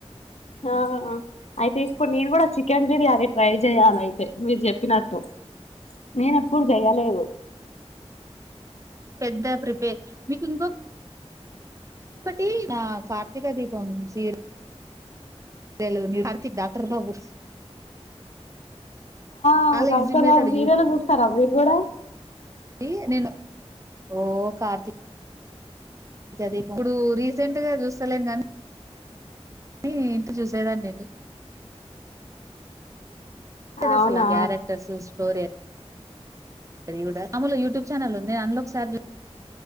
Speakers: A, on the left (about 75°); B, on the right (about 30°).
A: ఆ అయి తీసుకుని నేను కూడా చికెన్ బిర్యానీ ట్రై చెయ్యాలయితే. మీరు చెప్పిన ట్టు నేను ఎప్పుడు చేయలేదు.
B: పెద్ద ప్రిపేర్ మీకు ఇంకో ఒకటి ఆ కార్తీక దీపం సీరీ యలు కార్తీక్ డాక్టర్ బాబు.
A: అవు
B: చాలా
A: doctor
B: easy method
A: Babu serial చూస్తరా మీరు కూడా.
B: ఇ నేను ఓ కార్తి దీపం ఇప్పుడు రీసెంట్ గా చూస్తలేం కానీ. నీ ఇంత చూసేదాన్ని నేను. అసల
A: అవునా
B: క్యారెక్టర్స్ స్టోరి ఆ అది కూడా మాములుగా యూట్యూబ్ ఛానల్ ఉంది అందులో ఒక సారి